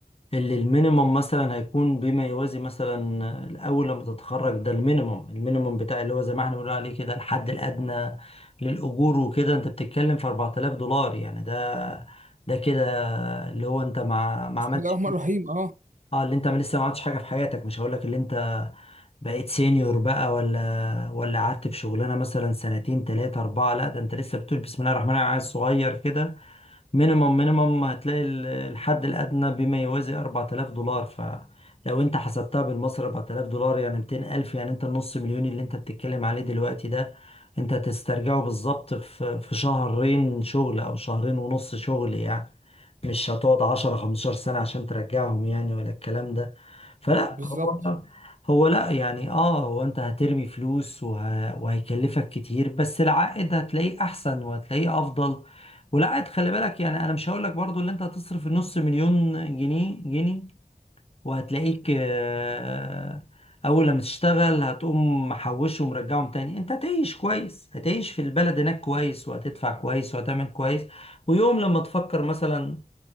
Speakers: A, on the left (about 40°); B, on the right (about 55°).
A: اللي المينيمم مثلا هيكون بما يوازي مثلا الاول لما تتخرج ده المينيمم المينيمم بتاع اللي هو زي ما احنا بنقول عليه كده الحد الادنى للاجور وكده انت بتتكلم في 4000 دولار يعني ده ده كده اللي هو انت ما ما
B: بسم
A: عملتش
B: الله الرحمن الرحيم اه
A: اه اللي انت ما لسه ما عملتش حاجه في حياتك مش هقول لك اللي انت بقيت سينيور بقى ولا ولا قعدت في شغلانه مثلا سنتين ثلاثه اربعه لا ده انت لسه بتقول بسم الله الرحمن الرحيم عيل صغير كده مينيمم مينيمم هتلاقي ال- الحد الأدنى بما يوازي 4000 دولار فلو أنت حسبتها بالمصري 4000 دولار يعني 200000 يعني أنت النص مليون اللي أنت بتتكلم عليه دلوقتي ده أنت تسترجعه بالظبط في في شهرين شغل أو شهرين ونص شغل يعني مش هتقعد 10 15 سنة عشان ترجعهم يعني ولا الكلام ده فلا
B: بالظبط
A: هو هو لا يعني اه هو انت هترمي فلوس وه... وهيكلفك كتير بس العائد هتلاقيه احسن وهتلاقيه افضل والعائد خلي بالك يعني انا مش هقول لك برضو اللي انت هتصرف نص مليون جنيه جنيه وهتلاقيك آه، اول لما تشتغل هتقوم محوشه ومرجعهم تاني انت هتعيش كويس هتعيش في البلد هناك كويس وهتدفع كويس وهتعمل كويس ويوم لما تفكر مثلا